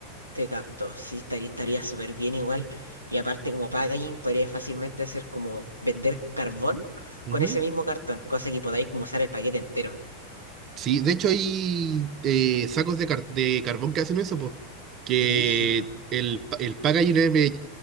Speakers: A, on the right; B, on the right.
A: Te capto, sí, estaría, estaría súper bien igual. Y aparte, como packaging, podría fácilmente hacer como vender carbón
B: Ujú.
A: con ese mismo cartón, cosa que podáis como usar el paquete entero.
B: Sí, de hecho hay eh, sacos de, car- de carbón que hacen eso, pues, que
A: Brígido.
B: el, pa- el packaging es me-